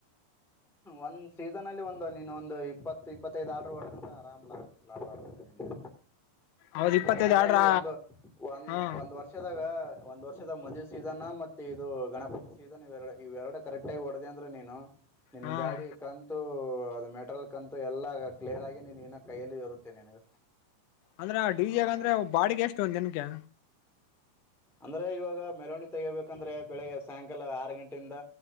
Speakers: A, in the centre; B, on the left (about 85°).
A: ಒಂದು ಸೀಸನ್ಲ್ಲಿ ಒಂದು ನೀನು ಒಂದು ಇಪ್ಪತ್ತು ಇಪ್ಪತ್ತೈದು ಆರ್ಡರು ಹೊಡೆದ್ರಿಂದೆ ಆರಾಮ್ ಲಾಭ ಲಾಭ ಆಡಿ ನಿನಗೆ
B: ಹೌದ್ ಇಪ್ಪತ್ತೈದು
A: ಏನದ್ರಲ್ಲಿ
B: ಆರ್ಡ್ರ
A: ಒಂದು ಒಂದ್
B: ಹಾ
A: ಒಂದ್ ವರ್ಷದಾಗ ಒಂದ್ ವರ್ಷ ವದ ಮದುವೆ ಸೀಸನ್ ಮತ್ತೆ ಇದು ಗಣಪತಿ ಸೀಸನ್ ಇರಡು ಇವೆರಡು ಕರೆಕ್ಟ ಆಗ ಹೊಡೆದೆ ಅಂದ್ರೆ ನೀನು ನಿನ್
B: ಹಾ
A: ಗಾಡಿ ಕಂತು ಅದು ಮೆಟರಿಯಲ್ ಅಂತು ಎಲ್ಲ ಕ್ಲಿಯರ್ ಆಗಿ ನೀ ಇನ್ನ ಕೈಯಲ್ಲಿ ಇರುತ್ತೇನೆ ನಿನಗ
B: ಅಂದ್ರೆ ಡಿ ಜಿಯಗ ಅಂದ್ರೆ ಬಾಡಿಗೆ ಎಷ್ಟ್ ಎಷ್ಟು ದಿನಕ್ಕೆ
A: ಅಂದರೆ ಇವಾಗ ಮೆರವಣಿಗೆ ತೆಗೋಬೇಕಂದ್ರೆ ಬೆಳಗ್ಗೆ ಸಾಯಂಕಾಲ ಆರು ಗಂಟೆಯಿಂದ